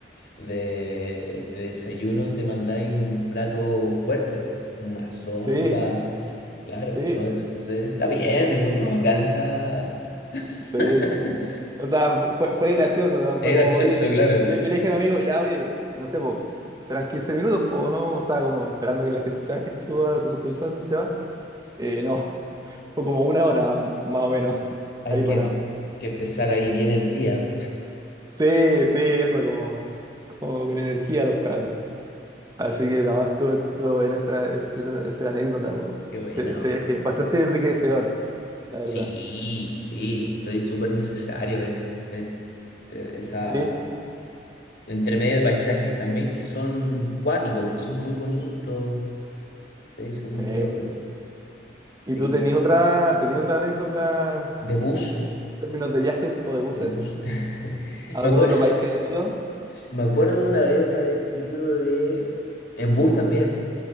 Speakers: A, on the left; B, on the right.
A: de- de desayuno te mandáis un plato fuerte, pues, como una sopa.
B: Sí,
A: Claro,
B: sí,
A: ¿no? Eso, se- está bien, encuentro bacán esa... <laughs>
B: sí. O sea, fu- fue, fue gracioso, ¿no?
A: Es
B: Fue
A: gracioso,
B: como, oye,
A: claro.
B: yo, yo le dije a mi amigo, ya, oye, no sé, po, serán 15 minutos, po, ¿no? O sea, como esperando que la gente se baje, se suba, se compre un sándwich y se va. Eh, no, <laughs> fue como una hora más o menos <laughs>
A: Hay
B: ahí parado.
A: que, em- que empezar ahí bien el día.
B: Sí, sí, eso, como, como con energía los cabros. Así que nada más estuvo, estuvo buena esa, esa, esa- esa anécdota, po.
A: Qué buena,
B: Ese, ese
A: man.
B: viaje, bastante enriquecedor, la verdad.
A: Sí, sí, soy súper necesario ver, es- ver, eh, esa...
B: Sí,
A: entre medio de paisajes también que son cuáticos, que son muy bonitos, se hizo muy
B: sí.
A: propio. Sí,
B: ¿Y tú tenías otra, tenías otra anécdota?
A: de bus,
B: términos de viajes o de buses,
A: de bus. <laughs>
B: ¿a
A: Me
B: algún
A: acuerdo,
B: otro país que hayas ido?
A: me acuerdo de una vez de haber ido de, en bus también,